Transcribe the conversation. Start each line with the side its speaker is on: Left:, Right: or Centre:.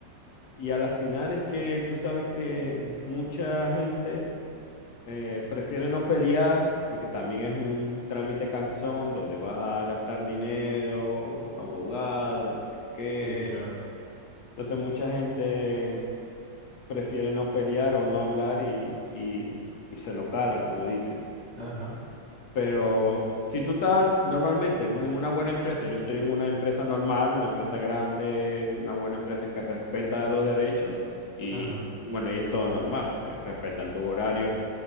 Left: y a las finales que tú sabes que mucha gente eh, prefiere no pelear porque también es un trámite cansón donde vas a gastar dinero, abogado, no sé qué.
Right: sí, sí, claro.
Left: Entonces mucha gente prefiere no pelear o no hablar y, y- y se lo cala, como dicen.
Right: Ajá,
Left: Pero si tú estás normalmente en un- en una buena empresa, yo estoy en una empresa normal, una empresa grande, una buena empresa que respeta los derechos y
Right: ajá.
Left: bueno, y es todo normal, se respetan tus horarios